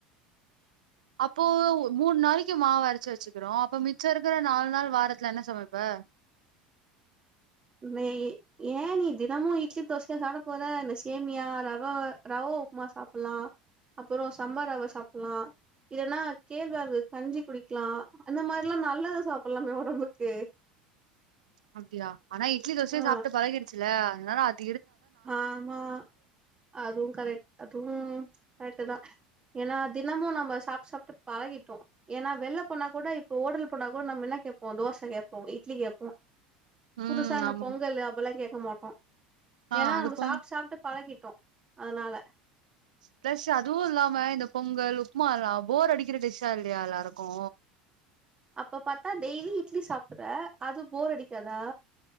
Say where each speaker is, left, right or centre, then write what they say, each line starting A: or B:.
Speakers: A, on the right; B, on the right.
A: அப்போ மூணு நாளைக்கு மாவு அரைச்சு வச்சுக்குறோ அப்ப மிச்ச இருக்கிற நாலு நாள் வாரத்துல என்ன சமைப்ப
B: நீ ஏன் நீ தினமும் இட்லி தோசையா சாப்ட போற இந்த சேமியா ரவை ரவை உப்புமா சாப்டலா அப்பறம் சம்பா ரவை சாப்டலா இதெல்லாம் கேழ்வரகு கஞ்சி குடிக்லாம் அந்த மாரிலாம் நல்லதும் சாப்டலாமே ஒடம்புக்கு
A: அப்டியா ஆனா இட்லிதோசையே
B: ஆ
A: சாப்ட்டு பலகிடுச்சுல <unintelligible>
B: ஆமா அதுவும் க்ரெட்டு து கரெட்டு தா ஏன்னா தினமு நம்ம சாப்ட்டு சாப்ட்டு பழகிட்டோ ஏன்னா வெள்ள போனா கூட இப்போ ஓடல் போனா கூட நம்ம இன்னா கேப்போ தோச கேப்போ இட்லி கேப்போ
A: ம்
B: புதுசான
A: ஆமா
B: பொங்கல் அப்டில்லாம் கேக்க சோமாட்டா
A: ஆ
B: ஏனா
A: அது
B: நம்ம
A: போம்
B: சாப்டு சாப்டு பழகிட்டோ அதுனால
A: ப்ளஸ் அதுவு இல்லாம இந்த பொங்கல் உப்புமா எல்லா போர் அடிக்கிற டிஷ்ஷா இல்லையா எல்லாருக்கு
B: அப்ப பாத்தா டெய்லி இட்லி சாப் பற அது போர் அடிக்காதா